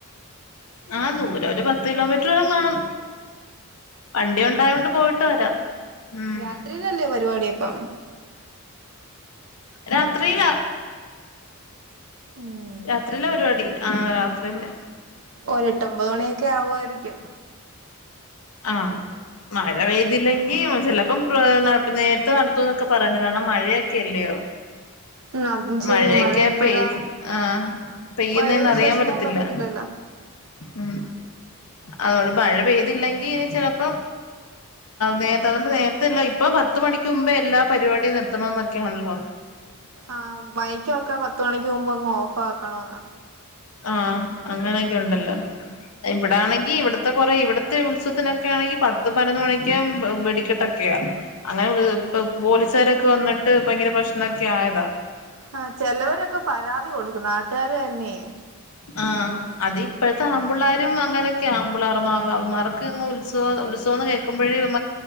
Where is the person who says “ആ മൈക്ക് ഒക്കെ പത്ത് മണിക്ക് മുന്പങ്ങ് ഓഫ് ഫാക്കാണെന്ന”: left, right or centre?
Right